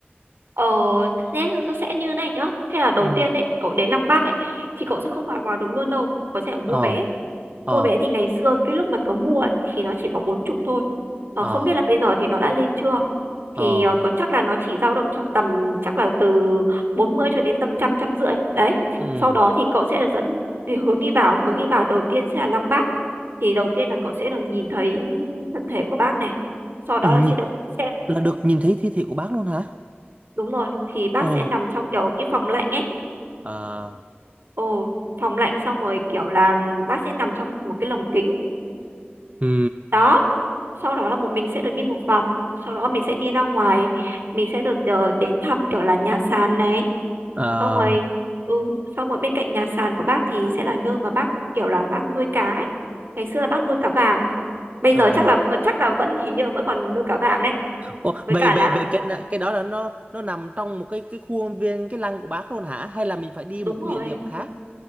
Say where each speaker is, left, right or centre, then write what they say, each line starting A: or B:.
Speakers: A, on the right (about 65°); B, on the right (about 35°).
A: Ờ thế nó sẽ như này nhá. Thế là đầu
B: Ừ.
A: tiên đấy, cậu đến Lăng Bác ấy thì cậu sẽ không vào vào được luôn đâu, có thể là mua
B: Ờ
A: vé.
B: ờ
A: Mua vé thì ngày xưa cái lúc mà tớ mua ấy, thì nó chỉ có bốn chục thôi. Ờ,
B: ờ
A: không biết là bây giờ thì nó đã lên chưa. Thì
B: ờ
A: ờ, có chắc là nó chỉ dao động trong tầm chắc là từ 40 cho đến tầm trăm trăm rưỡi. Đấy.
B: ừ.
A: Sau đó thì cậu sẽ là dẫn thì hướng đi vào, hướng đi vào đầu tiên sẽ là Lăng Bác. Thì đầu tiên là cậu sẽ được nhìn thấy thân thể của bác này. Sau đó
B: Ủa
A: là
B: nhìn,
A: sẽ được xem.
B: là được nhìn thấy thi thể của bác luôn hả?
A: Đúng rồi, thì bác
B: Ồ.
A: sẽ nằm trong kiểu cái phòng lạnh ấy.
B: À.
A: Ồ, phòng lạnh xong rồi kiểu là bác sẽ nằm trong một cái lồng kính.
B: Ừ.
A: Đó sau đó là bọn mình sẽ được đi một vòng sau đó mình sẽ đi ra ngoài mình sẽ được ờ, đến thăm kiểu là nhà sàn này
B: À.
A: xong rồi ừ xong rồi bên cạnh nhà sàn của bác thì sẽ là nơi mà bác kiểu là bác nuôi cá ấy. ngày xưa là bác nuôi cá vàng bây
B: À.
A: giờ chắc là ờ, chắc là vẫn hình như là vẫn còn nuôi cá vàng đấy
B: Ồ,
A: với
B: về
A: cả
B: về
A: là
B: về cái nợ- cái đó là nó nó nằm trong một cái cái khuôn viên cái lăng của bác luôn hả? Hay là mình phải đi
A: đúng
B: một cái
A: rồi
B: địa điểm khác?